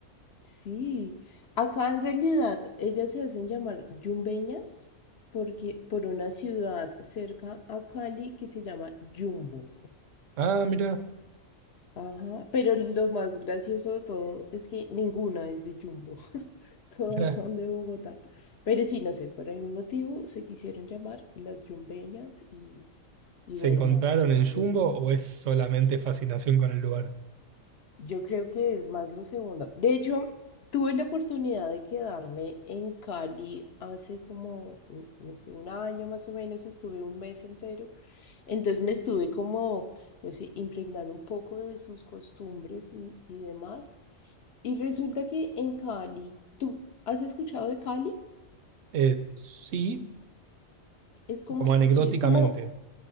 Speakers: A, on the left; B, on the right.
A: sí. Acá en realidad ellas se hacen llamar Yumbeñas porque, por una ciudad cerca a Cali que se llama Jumbo.
B: Ah, mira.
A: Ajá, pero lo más gracioso de todo es que ninguna es de Jumbo. Todas
B: <laughs>
A: son de Bogotá. Pero sí, no sé, por algún motivo se quisieron llamar las yumbeñas y, y
B: ¿Se
A: bueno,
B: encontraron
A: nada, te las
B: en Jumbo
A: recomiendo.
B: o es solamente fascinación con el lugar?
A: Yo creo que es más lo segundo. De hecho, tuve la oportunidad de quedarme en Cali hace como, mm, no sé, un año más o menos, estuve un mes entero. Entonces me estuve como, no sé, impregnando un poco de sus costumbres y, y demás. Y resulta que en Cali, ¿tú has escuchado de Cali?
B: Eh, sí,
A: Es como,
B: como anecdóticamente.
A: sí, es como